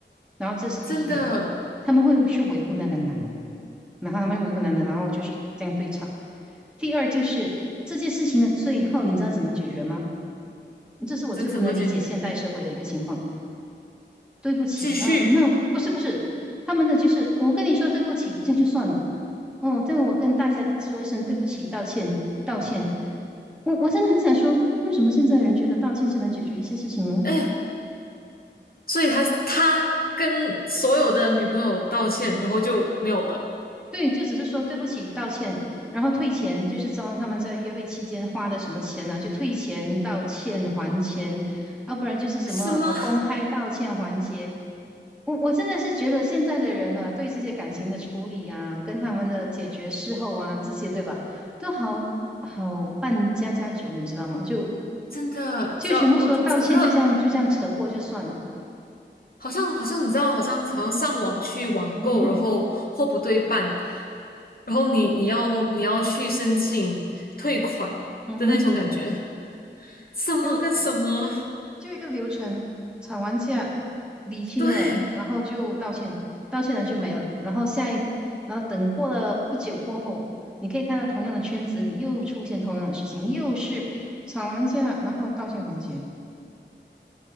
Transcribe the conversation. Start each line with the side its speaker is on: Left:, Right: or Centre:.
Centre: 然后这是第一点，
Left: 真的，
Centre: 他们会去维护那个男的，然后他们会维护男的，然后就是这样对吵。第二就是这件事情的最后，你知道怎么解决吗？这是我最不能理解现代社会的一个情况。
Left: 这怎么解决？
Centre: 对不起，
Left: 继续，
Centre: 嗯、那不是不是，他们的就是哦我跟你说对不起，这样就算了。哦，这样我跟大家说一声对不起，道歉，道歉。我我真的很想说，为什么现在人觉得道歉就能解决一些事情呢？
Left: 哎，所以他他跟所有的女朋友道歉，然后就没有了，
Centre: 对，就只是说对不起，道歉，然后退钱，就是装他们在约会期间花的什么钱啊，就退钱、道歉、还钱，要不然就是什么呃公开道歉环节。
Left: 什么？
Centre: 我我真的是觉得现在的人呢、对这些感情的处理啊，跟他们的解决事后啊，这些对吧，都好好办家家酒，你知道吗？就。
Left: 真的，
Centre: 就全部说道歉，
Left: 知道我整个。
Centre: 就这样就这样扯过就算了。
Left: 好像好像你知道，好像好像上网去网购，
Centre: 嗯哼，
Left: 然后货不对半，然后你你要你要去申请退款的那种感觉，
Centre: 嗯哼，
Left: 什么跟什么？
Centre: 就就一个流程，吵完架，理清了，
Left: 对，
Centre: 然后就道歉，道歉了就没了。然后下一，然后等过了不久过后，你可以看到同样的圈子里又出现同样的事情，又是吵完架，然后道歉环节，